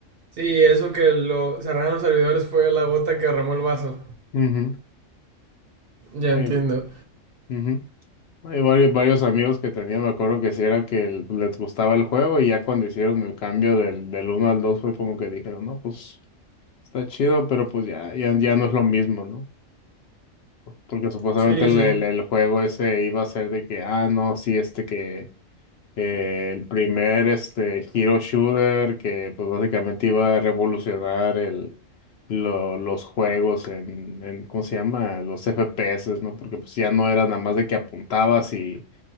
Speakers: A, on the right (about 55°); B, on the left (about 60°).
A: Sí, eso que lo cerraron los servidores fue la gota que derramó el vaso.
B: Ujú.
A: Ya
B: Ay,
A: entiendo.
B: ujú. Hay varios, varios amigos que tenía, me acuerdo que sí era que el- les gustaba el juego y ya cuando hicieron el cambio del, del uno al 2 fue como que dijeron, no, pues está chido, pero pues ya, ya, ya no es lo mismo, ¿no? Porque supuestamente
A: Sí,
B: el,
A: sí.
B: el- el juego ese iba a ser de que, ah, no, sí, este que eh, el primer este hero shooter que pues básicamente iba a revolucionar el, lo- los juegos en, en, ¿cómo se llama? Los FPS, ¿no? Porque pues ya no era nada más de que apuntabas y...